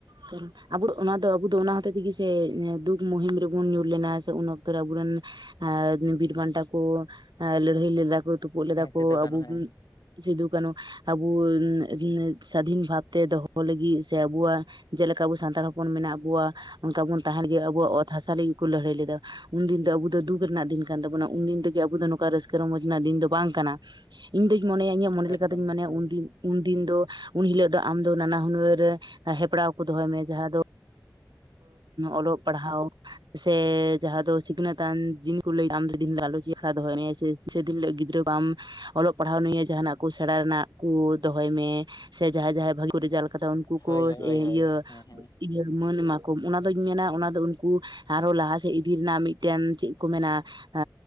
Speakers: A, on the right; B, on the left.
A: <unintelligible> ᱟᱵᱩ ᱫᱚ ᱚᱱᱟ ᱫᱚ ᱟᱵᱩ ᱫᱚ ᱚᱱᱟ ᱦᱚᱛᱮ ᱛᱤᱜᱤ ᱥᱮ ᱫᱩᱠ ᱢᱩᱦᱤᱢ ᱨᱮᱵᱚᱱ ᱧᱩᱨ ᱞᱮᱱᱟ ᱥᱮ ᱩᱱ ᱚᱠᱛᱚ ᱨᱮ ᱟᱵᱩᱨᱮᱱ ᱦᱮᱸ ᱵᱤᱨ ᱵᱟᱱᱴᱟ ᱠᱚ ᱞᱟᱹᱲᱦᱟᱹᱭ ᱞᱮᱫᱟ ᱠᱚ ᱛᱩᱯᱩᱜ ᱞᱮᱫᱟ
B: ᱦᱮᱸ
A: ᱠᱚ
B: ᱥᱤᱫᱩ ᱠᱟᱹᱱᱦᱩ
A: ᱟᱵᱚ
B: ᱦᱮᱸ
A: ᱥᱤᱫᱩ
B: ᱦᱮᱸ
A: ᱠᱟᱹᱱᱦᱩ ᱟᱵᱩ ᱱᱮ ᱱᱮ ᱥᱟᱹᱫᱷᱤᱱ ᱵᱷᱟᱵ ᱛᱮ ᱫᱚᱦᱚ ᱞᱟᱹᱜᱤᱫ ᱤᱜ ᱥᱮ ᱟᱵᱚᱣᱟᱜ ᱡᱮᱞᱮᱠᱟ ᱟᱵᱚ ᱥᱟᱱᱛᱟᱲ ᱦᱚᱯᱚᱱ ᱢᱮᱱᱟᱜ ᱠᱚᱣᱟ ᱚᱱᱠᱟ ᱵᱚᱱ ᱛᱟᱦᱮᱱ ᱜᱮᱭᱟ ᱟᱵᱚᱣᱟᱜ ᱚᱛ ᱦᱟᱥᱟ ᱞᱟᱹᱜᱤᱫ ᱠᱚ ᱞᱟᱹᱲᱦᱟᱹᱭ ᱞᱮᱫᱟ᱾ ᱩᱱᱫᱤᱱ ᱫᱚ ᱟᱵᱚ ᱫᱚ ᱫᱩᱠ ᱨᱮᱱᱟᱜ ᱫᱤᱱ ᱠᱟᱱ ᱛᱟᱵᱚᱱᱟ ᱩᱱ ᱫᱤᱱ ᱛᱮᱜᱮ ᱟᱵᱚ ᱫᱚ ᱱᱚᱝᱠᱟ ᱨᱟᱹᱥᱠᱟᱹ ᱨᱚᱢᱚᱡ ᱨᱮᱱᱟᱜ ᱫᱤᱱ ᱫᱚ ᱵᱟᱝ ᱠᱟᱱᱟ᱾ ᱤᱧ ᱫᱩᱧ ᱢᱚᱱᱮᱭᱟ ᱤᱧᱟᱹᱜ ᱢᱚᱱᱮ ᱞᱮᱠᱟᱛᱤᱧ
B: ᱮᱠᱫᱚᱢ
A: ᱢᱚᱱᱮᱭᱟ
B: ᱮᱠᱫᱚᱢ
A: ᱩᱱᱫᱤᱱ ᱩᱱᱫᱤᱱ ᱫᱚ ᱩᱱᱦᱤᱞᱳᱜ ᱫᱚ ᱟᱢᱫᱚ ᱱᱟᱱᱟ ᱦᱩᱱᱟᱹᱨ ᱨᱮ ᱦᱮᱯᱲᱟᱣ ᱠᱚ ᱫᱚᱦᱚᱭ ᱢᱮ, ᱡᱟᱦᱟᱸ ᱫᱚ ᱚᱞᱚᱜ ᱯᱟᱲᱦᱟᱣ ᱥᱮ ᱡᱟᱦᱟ ᱫᱚ ᱥᱤᱠᱷᱱᱟᱹᱛᱟᱱ ᱡᱤᱱ ᱠᱚ ᱞᱟᱹᱭ ᱫᱟ ᱟᱢ ᱡᱩᱫᱤ ᱫᱤᱱ ᱦᱤᱞᱤᱜ ᱮᱢ ᱜᱟᱞᱚᱪ ᱞᱮᱠᱟ ᱫᱚᱦᱚᱭ ᱦᱮᱸ ᱥᱮ᱾ ᱥᱮ ᱫᱤᱱ ᱦᱤᱞᱳ ᱜᱤᱫᱽᱨᱟᱹ ᱵᱟᱢ ᱚᱞᱚᱜ ᱯᱟᱲᱦᱟᱣ ᱱᱤᱭᱟᱹ ᱡᱟᱦᱟᱱᱟᱜ ᱠᱚ ᱥᱮᱬᱟ ᱨᱮᱱᱟᱜ ᱠᱩ ᱫᱚᱦᱚᱭ ᱢᱮ᱾ ᱥᱮ ᱡᱟᱦᱟᱸᱭ ᱡᱟᱦᱟᱸᱭ ᱵᱷᱟᱹᱜᱤ ᱠᱚ ᱨᱮᱡᱟᱞᱴ ᱠᱟᱫᱟ ᱩᱱᱠᱩ
B: ᱦᱳᱭ
A: ᱠᱚ
B: ᱦᱳᱭ
A: ᱥᱮ ᱤᱭᱟᱹᱼᱼ
B: ᱦᱳᱭ ᱦᱮᱸ ᱦᱮᱸ
A: ᱤᱭᱟᱹ ᱢᱟᱹᱱ ᱮᱢᱟ ᱠᱚᱢ ᱚᱱᱟᱫᱩᱧ ᱢᱮᱱᱟ ᱚᱱᱟᱫᱚ ᱩᱱᱠᱩ ᱟᱨᱦᱚᱸ ᱞᱟᱦᱟᱥᱮᱫ ᱤᱫᱤ ᱨᱮᱱᱟᱜ ᱢᱤᱫᱴᱮᱱ ᱪᱮᱫ ᱠᱚ ᱢᱮᱱᱟ ᱮᱻ